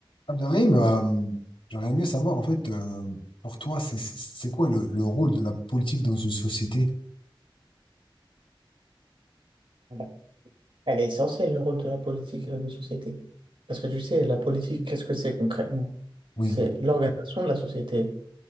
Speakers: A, on the left; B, on the right.
A: Abderrahim, euh, j'aurais aimé savoir, en fait, euh, pour toi, c'est c'est quoi le, le rôle de la politique dans une société?
B: Ah ben, Elle est essentielle, le rôle de la politique et de la société. Parce que tu sais, la politique, qu'est-ce que c'est concrètement?
A: Oui,
B: C'est l'organisation de la société.